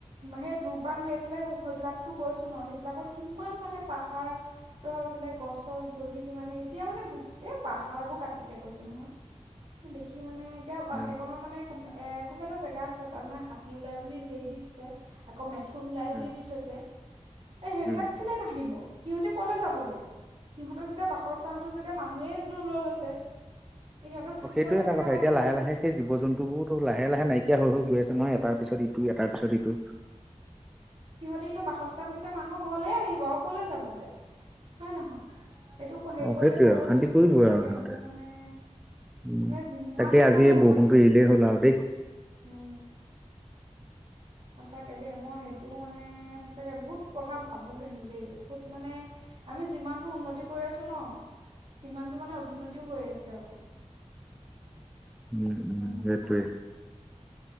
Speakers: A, on the right (about 55°); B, in the centre.
A: সেই দুৰপাং সেইফালে সেইবিলাক তো গৈছো ন সেইবিলাকত কিমান মানে পাহাৰৰ বোলে গছ গছ গছি কিমান এতিয়া মানে গোটেই পাহাৰবোৰ কাটিছে কৈছোঁ নহয় ম দেখি মানে এতিয়া
B: উম
A: সেইখনৰ মানে কোনোব এ কোনো এটা জেগা আছিলে তাৰ মানে হাতী ওলাই বুলি হেৰি দি থৈছে আকৌ মে থুন ওলাই
B: উম
A: বুলি দি থৈছে এ সেইবিলাক
B: উম
A: কেলে নাহিব সিহঁতে ক'লৈ যাবগে সিহঁতৰ যেতিয়া বাসস্থানটো যেতিয়া মানুহে ল লৈ লৈছে সিহঁতৰ থাকিবলৈ
B: অ সেইটোৱে এটা
A: জেগা
B: কথা
A: লাগিবই
B: এতিয়া লাহে লাহে সেই জীৱ জন্তুবোৰটো লাহে লাহে নাইকিয়া হৈ গৈ আছে। নহয় এটাৰ পিছত ইটো এটাৰ পিছত ইটো।
A: নো বাসস্থান বিচাৰি মানুহ ঘৰলে আহিব আৰু কলৈ যাবগৈ হয় নহয় এইটো হেৰি
B: অ
A: কৰিলেই
B: সেইটোৱে
A: নহ'ব
B: আৰু অশান্তি
A: নহয়
B: কৰিবই
A: সঁচাকে
B: আৰু সিহঁতে
A: মোৰ মানে
B: উম
A: মানে যিমানটো
B: তাকে আজি
A: মানে উন্নতি
B: বৰষুণটো এৰিলেই হ'ল আৰু দেই
A: উ। সঁচাকে দেই মই সেইটোও মানে সঁচাকে বহুত কথা ভাবোঁ কিন্তু দেই বহুত মানে আমি যিমানটো উন্নতি কৰি আছো ন সিমানটো মানে অধোন্নতিও হৈ আছে আকৌ।
B: উম উম
A: মানুহৰ
B: সেইটোৱেই
A: জীৱনত